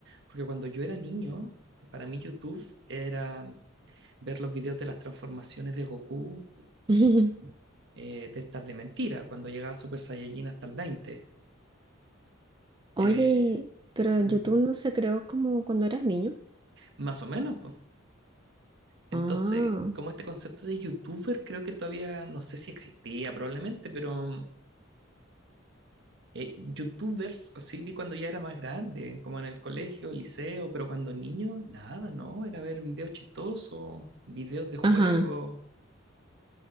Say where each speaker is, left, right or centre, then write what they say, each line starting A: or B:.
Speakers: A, on the right; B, on the right.
A: Porque cuando yo era niño, para mí YouTube era ver los videos de las transformaciones de Goku,
B: <laughs>
A: eh, de estas de mentira, cuando llegaba Super Saiyajin hasta el veinte
B: Oye,
A: Eh,
B: y- pero
A: ajá,
B: YouTube no se creó como cuando eras niño.
A: Más o menos, pues. Entonces,
B: Ah,
A: como este concepto de youtuber, creo que todavía no sé si existía probablemente, pero eh, youtubers, así vi cuando ya era más grande, como en el colegio, liceo, pero cuando niño, nada, ¿no? Era ver videos chistosos, videos de juego.
B: ajá.